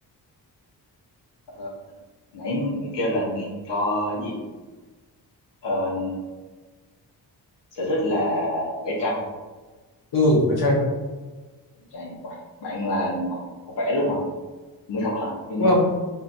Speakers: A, on the left; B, on the left.
A: Ờ, nãy mày kêu là nghe cho cái gì? Ờ, sở thích là vẽ tranh.
B: Ừ, vẽ tranh.
A: Vẽ tranh. Uầy, bạn là học học vẽ luôn hả? Mỹ thuật hả? Chưa mỹ
B: Đúng
A: thuật
B: không?
A: hả?